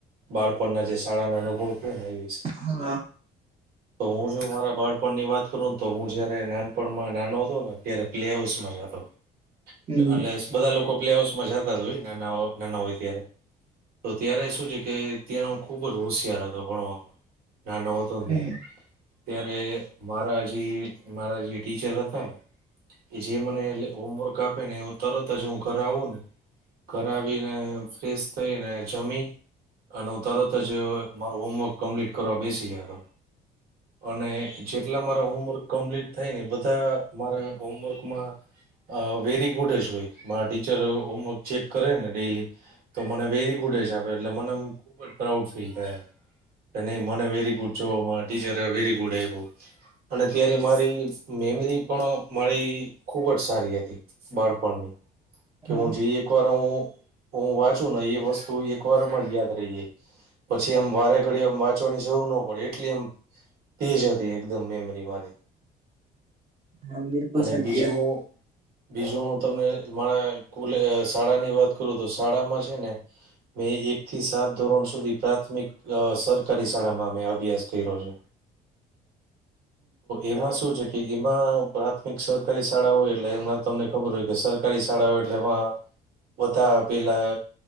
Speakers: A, on the right (about 65°); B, on the right (about 35°).
A: બાળપણના જે શાળા ના અનુભવ છે ને એ વિશે
B: હા
A: તો હું જો મારા બાળપણની વાત કરું ને તો હું જયારે નાનપણમાં નાનો હતો ને ત્યારે પ્લે હાઉસ માં જતો
B: હમ
A: એટલે બધા લોકો પ્લે હઉસ માં જતા જ હોય નાના નાના હોય ત્યારે તો ત્યારે શું છે કે ત્યાંનો હ ખુબ જ હોશિયાર હતો ભણવામાં નાનો હતો ને
B: હમ
A: ત્યારે ત્યારે મારા જે મારા જે ટીચર હતા ને એ જે મને એ હોમવર્ક આપે ને એ તરત જ હું ઘરે આવું ને ઘર આવી ને ફ્રેશ થઈ ને જમી અને હું તરત જ મારું હોમવર્ક કમ્પ્લીટ કરવા બેસી ગયો હતો અને જેટલા મારા હોમવર્ક કમ્પ્લીટ થાયને બધા મારા હોમવર્કમાં અ વેરી ગુડશ હોય મા ટીચર હોમવર્ક ચેક કરે ને ડેલી તો મને વેરી ગુડ હિસાબે એટલે મને એમ ખૂબ જ પ્રાઉડ ફીલ થાય એમ નહી મને વેરી ગુડ જો ટીચર વેરી ગુડ આવ્યું અને ત્યારે મારી મેમરી પણ મારી ખૂબ જ સારી હતી બાળપણની કે
B: હા
A: હું જે એક વાર હું હું વાંચું ને એ વસ્તુ એક વારમાં જ યાદ રહીએ પછી એમ વારે ઘડી એમ વાંચવાની જરૂર ન પડે એટલી એમ તેજ હતી એકદમ મેમરી મારી
B: હા બિલકુલ
A: અને
B: સાચી
A: બીજું
B: વાત
A: બીજું હું તમને મારા કો શાળા ની વાત કરું તો શાળામાં છે ને મેં એક થી સાત ધોરણ સુધી પ્રાથમિક સરકારી શાળામાં મે અભ્યાસ કર્યો છ એમાં શું છે કે એમાં પ્રાથમિક સરકારી શાળા હોય એટલે એમાં તમને ખબર હોય કે સર કરી શાળાઓ એટલે એમાં બધા પેલા